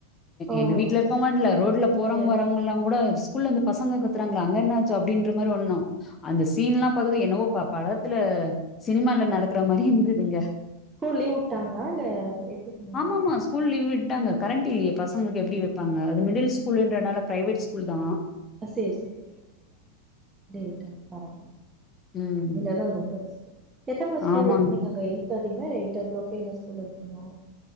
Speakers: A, on the right; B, on the left.
A: ஓ
B: எங்க வீட்ல
A: செரி
B: இருக்கவங்கன்ல ரோட்ல போறவங்க
A: செரி
B: வரவங்கல்லா கூட ஸ்கூல்ல அந்தபசங்க கத்துறாங்ள அங்க என்னாச்சு அப்படின்ற மாரி ஒட்ணும் அந்த சீன்ல்லாம் பாத்தது என்னவோ ப படத்துல சினிமால நடக்க ற மாரி இருந்துதுங்க
A: ஸ்கூல் லீவ் விட்டாங்களா இல்ல எப்டி சொன்னாங்க
B: ஆமாமா ஸ்கூல் லீவ் விட் டாங்க கரண்ட் இல்லையே பசங்களுக்கு எப்படி வப்பாங்க அது மிடில் ஸ்கூல்ன்றனால பிரைவேட் ஸ்கூல் தா
A: அ சேரி சேரி டே விட்டாங்க ப
B: ம்
A: இல்லனா அது ரொம்ப ரிஸ்கு எத்த மணி ஸ்கூல்
B: ஆமாங்
A: ஓப்பனிங் அங்க எய்ட் தேர்ட்டிங்ளா இல்ல எயிட்டோ கிளாக்கே எல்லா ஸ்கூல் ஓப்பணா